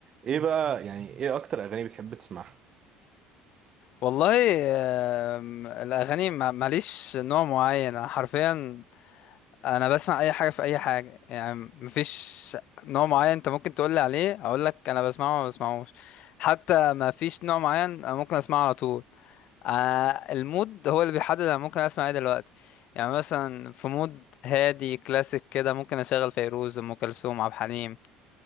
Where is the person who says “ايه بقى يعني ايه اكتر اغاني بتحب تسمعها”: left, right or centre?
Right